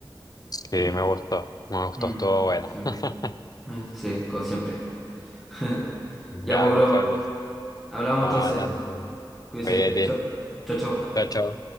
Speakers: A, on the left; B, in the centre.
A: sí,
B: Sí,
A: me gustó, me gustó,
B: Mm,
A: estuvo bueno.
B: sí,
A: <laughs>
B: Eh, sí, como siempre. <laughs>
A: Ya,
B: Ya, pues,
A: pues
B: bro.
A: Paco,
B: Hablamos
A: estamos
B: entonces.
A: hablando.
B: Cuídese.
A: Oye,
B: Chao, chao. chao.
A: chao, chao.